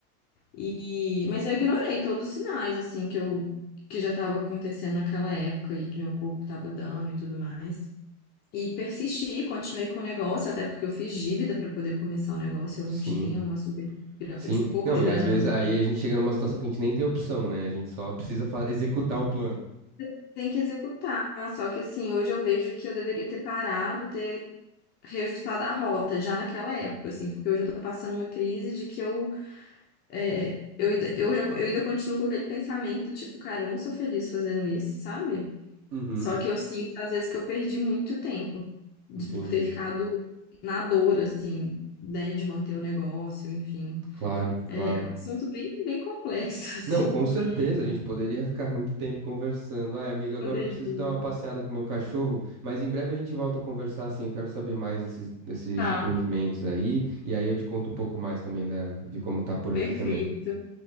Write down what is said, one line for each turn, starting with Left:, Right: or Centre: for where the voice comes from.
Left: E, mas eu ignorei todos os sinais, assim, que eu, que já tava acontecendo naquela época e que meu corpo tava dando e tudo mais. E persisti, continuei com o negócio, até porque eu fiz dívida para poder começar o negócio, eu
Right: Sim,
Left: não tinha uma super. gra-
Right: sim.
Left: Eu tinha um pouco
Right: Não,
Left: de
Right: e
Left: grana.
Right: às vezes aí a gente chega numa situação que a gente nem tem opção, né? A gente só precisa fa- executar o plano.
Left: Você Tem que executar, só que assim, hoje eu vejo que eu deveria ter parado, ter reajustado a rota já naquela época, assim, porque hoje eu tô passando uma crise de que eu, é, eu ainda, eu já, eu ainda continuo com aquele pensamento, tipo, cara, eu não sou feliz fazendo isso, sabe?
Right: Uhum.
Left: Só que eu sinto, às vezes, que eu perdi muito tempo de,
Right: Entendi.
Left: por ter ficado na dor, assim, né, de manter o negócio, enfim.
Right: Claro, claro.
Left: É um assunto bem, bem complexo, <laughs> assim,
Right: Não, com
Left: porque
Right: certeza, a gente poderia ficar muito tempo conversando. Ai, amiga, agora
Left: poderia.
Right: eu preciso dar uma passeada com o meu cachorro, mas em breve a gente volta a conversar, assim, eu quero saber mais desses, desses
Left: Tá,
Right: empreendimentos aí, e aí eu te conto um pouco mais também da, de como tá por
Left: perfeito.
Right: aqui também,